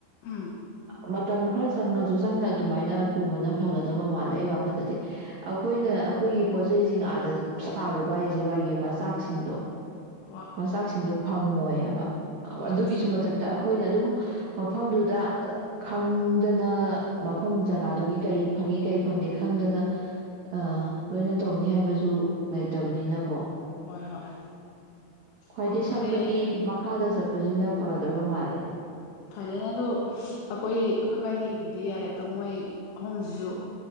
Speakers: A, on the left; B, on the right.
A: ꯑꯥ
B: ꯃꯇꯝ ꯈꯔ ꯆꯪꯉꯁꯨ ꯆꯪꯅ ꯑꯗꯨꯃꯥꯏꯅ ꯄꯨꯕꯅ ꯐꯒꯗꯕ ꯃꯥꯜꯂꯦ ꯑꯩ ꯋꯥꯈꯜꯗꯗꯤ ꯑꯩꯈꯣꯏꯅ ꯑꯩꯈꯣꯏꯒꯤ ꯄꯣꯠꯆꯩꯁꯤꯡ ꯑꯥꯗ ꯁꯥꯔꯨꯕ ꯍꯥꯏꯁꯦ ꯃꯥꯒꯤ ꯃꯆꯥꯛꯁꯤꯡꯗꯣ
A: ꯍꯣꯏ
B: ꯃꯆꯥꯛꯁꯤꯡꯗꯣ ꯐꯪꯉꯣꯏꯑꯕ
A: ꯍꯣꯏ
B: ꯑꯗꯨꯒꯤꯁꯨ
A: ꯆꯨꯝꯃꯤ
B: ꯃꯊꯛꯇ
A: ꯑꯗꯨꯗꯤ
B: ꯑꯩꯈꯣꯏꯅ ꯑꯗꯨꯝ ꯃꯐꯝꯗꯨꯗ ꯈꯪꯗꯅ ꯃꯐꯝ ꯖꯒꯥꯗꯨꯒꯤ ꯀꯔꯤ ꯐꯪꯉꯤ ꯀꯔꯤ ꯐꯪꯗꯦ ꯈꯪꯗꯅ ꯑ ꯂꯣꯏꯅ ꯇꯧꯅꯤ ꯍꯥꯏꯕꯁꯨ ꯂꯩꯇꯕꯅꯤꯅꯀꯣ
A: ꯍꯣꯏ ꯍꯣꯏ
B: ꯈ꯭ꯋꯥꯏꯗꯩ
A: ꯑꯣ ꯐꯔꯦ
B: ꯁꯝꯕꯗꯤ ꯃꯈꯥꯗ ꯆꯠ ꯁꯤꯅ ꯐꯒꯗꯕ ꯃꯥꯜꯂꯦ
A: ꯐꯔꯦꯅꯦ ꯑꯗꯣ ꯑꯩꯈꯣꯏ ꯑꯩꯈꯣꯏ ꯏꯕꯥꯅꯤꯒꯤꯕꯨꯗꯤ ꯌꯥꯔꯦ ꯑꯗꯣ ꯃꯣꯏ ꯑꯍꯨꯝꯁꯤꯁꯨ